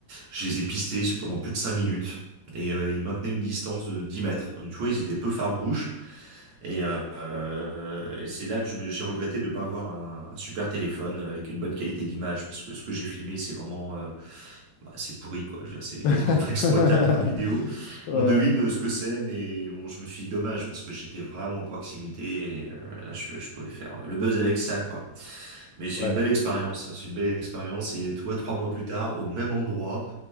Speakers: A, on the right; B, on the left.
A: je les ai pistés pendant plus de cinq minutes et euh, ils maintenaient une distance de dix mètres donc tu vois ils étaient peu farouches et, euh, euh, et c'est là que je me- j'ai regretté de ne pas avoir un, un super téléphone avec une bonne qualité d'image parce que ce que j'ai filmé c'est vraiment euh, bah, c'est pourri, quoi. Je veux dire, c'est
B: <laughs>
A: quasiment pas <laughs> exploitable comme vidéo.
B: Ouais,
A: On devine euh, ce que c'est, mais bon, je me suis dit dommage parce que j'étais vraiment en proximité et euh, là, je, je pouvais faire euh, le buzz avec ça, quoi. Mais c'est
B: ouais.
A: une
B: ouais.
A: belle expérience. C'est une belle expérience et toi, trois mois plus tard, au même endroit,